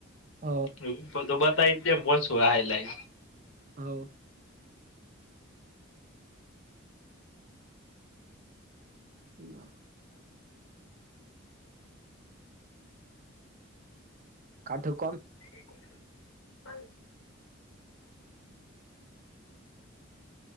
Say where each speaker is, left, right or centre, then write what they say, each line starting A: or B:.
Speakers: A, on the right; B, on the left.
A: હ
B: એ તો બતાવી દે કોન શું હ
A: હવ હ અ કાઠોક
B: <unintelligible>